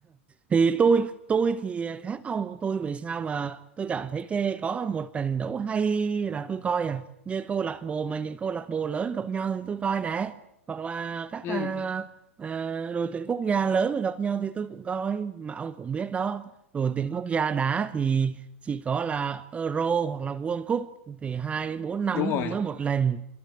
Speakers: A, on the right (about 15°); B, on the left (about 35°).
A: thì tôi tôi thì khác ông tôi vì sao mà tôi cảm thấy cái có một trận đấu hay là tôi coi à như câu lạc bộ mà những câu lạc bộ lớn gặp nhau thì tôi coi nè hoặc là các
B: Ừ.
A: à, à, đội tuyển quốc gia lớn mà gặp nhau thì tôi cũng coi mà ông cũng biết đó đội tuyển quốc gia đá thì chỉ có là Euro hoặc là World Cup thì hai đến bốn năm
B: đúng rồi
A: mới một lần